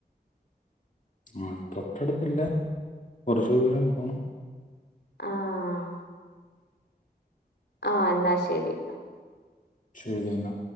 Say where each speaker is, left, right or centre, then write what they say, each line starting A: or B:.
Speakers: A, on the left; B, on the left.
A: ആ തൊട്ടടുത്തില്ല കുറച്ച് ദൂരം പോണം
B: ആഹ ആ ന്നാ ശരി
A: ശരിയെന്നാ